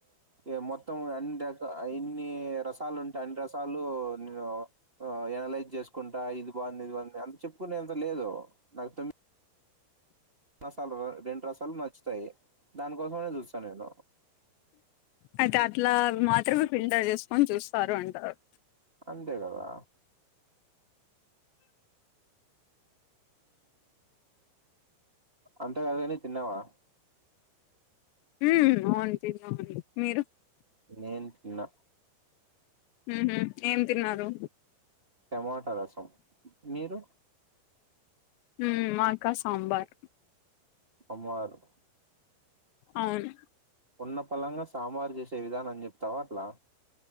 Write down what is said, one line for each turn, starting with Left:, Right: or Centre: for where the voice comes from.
Right: ఇ <unintelligible> మొత్తం అన్డేక ఆయన్ని రసాలున్టె అన్రసా. లు నెను ఆ ఎనలైజ్ జెస్ కుంటా ఇది బాన్ది ఇది బన్ది అన్ చెప్కునేన్తా లేదు నాక్ తోమ్మి రసాల్ రెన్రసాల్ నచ్చుతయ్ దానికోసమైన జూస్స నేను.
Left: అయితే అట్లా మాత్రమే ఫిల్టర్ చేస్కొని చూస్తారు అంటా <unintelligible>
Right: అంతే కదా అంతేకాదుగని తిన్నావా
Left: ఉ అవును తిన్నాము మీరు
Right: నేన్ తిన్నా
Left: ఉహు ఏం తిన్నారు
Right: టమాటా రసం మీరు
Left: మ్ మాకా సాంబార్
Right: సాంబారు
Left: అవును
Right: ఉన్న పలంగా సాంబారు చేసే విధానం చెప్తావా అట్లా